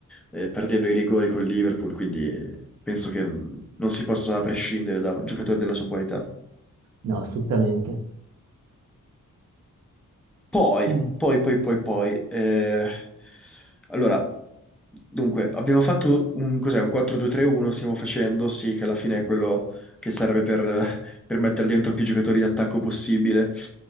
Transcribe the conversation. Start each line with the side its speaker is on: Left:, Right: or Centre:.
Centre: eh, perdendo i rigori col Liverpool, quindi penso che non si possa prescindere da un giocatore della sua qualità.
Right: No, assolutamente.
Centre: Poi,
Right: Mm.
Centre: poi, poi, poi, poi, eh, allora, dunque, abbiamo fatto un, cos'è, un 4-2-3-1, stiamo facendo, sì, che alla fine è quello che serve per, per mettere dentro più giocatori d'attacco possibile,